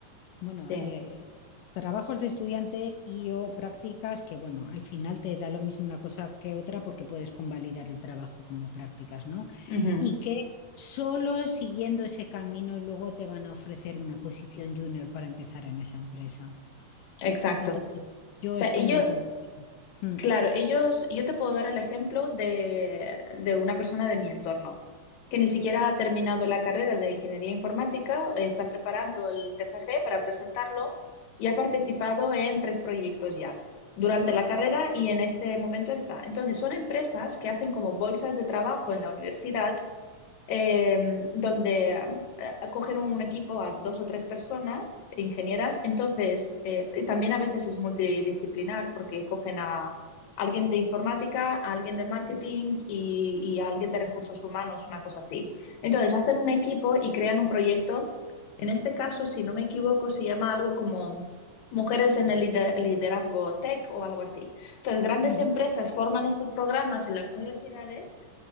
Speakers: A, on the left; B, on the left.
A: bueno,
B: Sí.
A: eh, trabajos de estudiante y o prácticas que, bueno, al final te da lo mismo una cosa que otra porque puedes convalidar el trabajo como prácticas, ¿no?
B: Ujú.
A: Y que solo siguiendo ese camino luego te van a ofrecer una posición junior para empezar en esa empresa.
B: Exacto.
A: Entonces, yo
B: O sea,
A: esto
B: ellos,
A: no lo conozco. Mm,
B: Claro, ellos, yo te puedo dar el ejemplo de, de una persona de mi entorno que ni siquiera ha terminado la carrera de ingeniería informática, eh, está preparando el TFG para presentarlo y ha participado en tres proyectos ya durante la carrera y en este momento está. Entonces, son empresas que hacen como bolsas de trabajo en la universidad eh, donde em, eh, cogen un equipo a dos o tres personas, ingenieras, entonces eh, y también a veces es multidisciplinar porque cogen a alguien de informática, a alguien de marketing y, y a alguien de recursos humanos, una cosa así. Entonces hacen un equipo y crean un proyecto. En este caso, si no me equivoco, se llama algo como Mujeres en el lider- liderazgo tech o algo así. Entonces, grandes
A: ujú,
B: empresas forman estos programas en las universidades